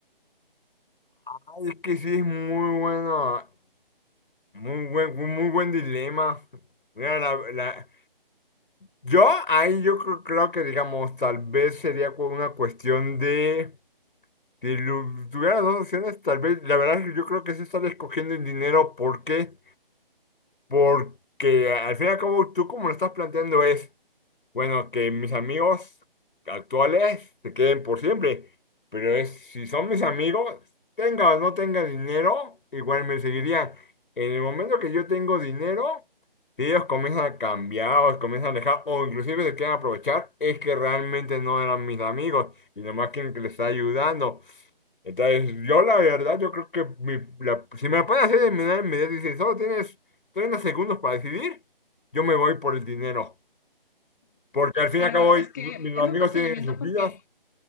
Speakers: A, on the left (about 65°); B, on the left (about 20°).
A: Ay, es que sí es muy bueno, muy buen, muy buen dilema. Mira, la, la- Yo ahí yo creo, creo que digamos, tal vez sería cu- una cuestión de, si lu- tuviera dos opciones, tal vez, la verdad es que yo creo que sí estás escogiendo el dinero, ¿por qué? Porque al fin y al cabo tú como lo estás planteando es... Bueno, que mis amigos actuales se queden por siempre, pero es, si son mis amigos, tenga o no tenga dinero, igual me seguirían. En el momento que yo tengo dinero, si ellos comienzan a cambiar o se comienzan a alejar o inclusive se quieren aprovechar, es que realmente no eran mis amigos y nomás quieren que les está ayudando. Entonces, yo la verdad, yo creo que mi- la- si me pueden hacer de manera inmediata y si solo tienes 30 segundos para decidir, yo me voy por el dinero. Porque al fin
B: Pero
A: y al cabo,
B: es que
A: mis
B: es
A: amigos
B: un cuestionamiento
A: tienen sus
B: porque...
A: vidas.